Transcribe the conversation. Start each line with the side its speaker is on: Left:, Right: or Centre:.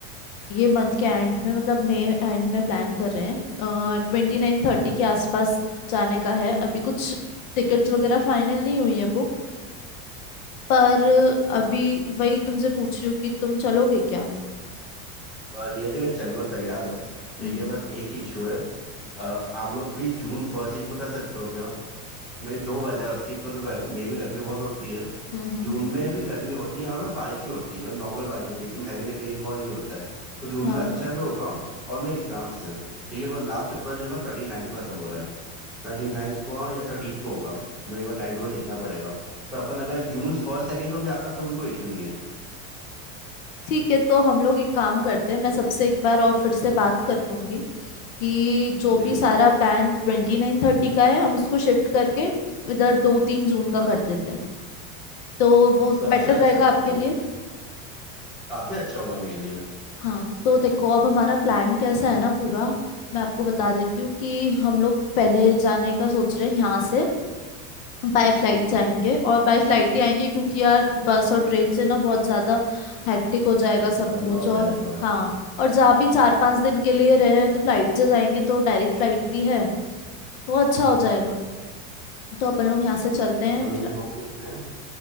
Left: ये मंथ के एंड में मतलब मई एंड में प्लान कर रहे हैं ट्वेंटी नाइन थर्टी के आसपास जाने का है अभी कुछ टिकट्स वगैरह फाइनल नहीं हुई है बुक पर अभी वही तुमसे पूछ रही हूँ कि तुम चलोगे क्या
Centre: अ, नियति मैं चलने को तैयार हूँ
Left: हम्म
Centre: ठीक है बस एक इशू है अ, आप लोग प्लीज जून फर्स्ट वीक में कर सकते हो क्या मेरी दो वजह है उसकी एक तो, तो गर्मी- मई में गर्मी बहुत होती है
Left: हम्म हम्म हम्म,
Centre: जून में भी गर्मी होती है वहाँ पे बारिश भी होती है मतलब नॉर्मल बारिश होती है एकदम हैवी रेनफॉल नहीं होता है तो जून
Left: हाँ
Centre: में अच्छा भी होगा और मेरे एग्जाम से ठीक है तुम्हारा लास्ट पेपर जो है ना ट्वेंटी नाइन्थ को खत्म हो रहा है ट्वेंटी नाइन्थ को हाँ या थर्टीथ को होगा मुझे एक बार टाइम टेबल देखना पड़ेगा तो अपन अगर जून फर्स्ट सेकंड को भी जाता है तो भी कोई इश्यू नहीं है
Left: ठीक है तो हम लोग एक काम करते हैं मैं सबसे एक बार और फिर से बात कर लूंगी कि जो भी
Centre: ठीक
Left: सारा
Centre: है
Left: प्लान ट्वेंटी नाइन थर्टी का है हम उसको शिफ्ट करके इधर दो तीन जून का कर देते हैं तो वो
Centre: सबसे
Left: बेटर
Centre: अच्छा
Left: रहेगा
Centre: होगा
Left: आपके
Centre: वो
Left: लिए
Centre: काफी अच्छा होगा मेरे लिए
Left: हाँ तो देखो अब हमारा प्लान कैसा है ना पूरा मैं आपको बता देती हूँ कि हम लोग पहले जाने का सोच रहे हैं यहाँ से बाय फ्लाइट से आएंगे और बाय फ्लाइट ही आएंगे क्योंकि यार बस और ट्रेन से ना बहुत ज्यादा हैक्टिक हो जाएगा सब
Centre: लंबा
Left: कुछ
Centre: हो
Left: और
Centre: जाएगा
Left: हाँ और जहाँ भी चार पांच
Centre: हम्म।
Left: दिन के लिए रहे हैं तो फ्लाइट से जाएंगे तो डायरेक्ट फ्लाइट भी है तो अच्छा हो जाएगा तो अपन लोग यहाँ से चलते हैं
Centre: अपन लोग
Left: फ्ल-
Centre: लोग कितने हैं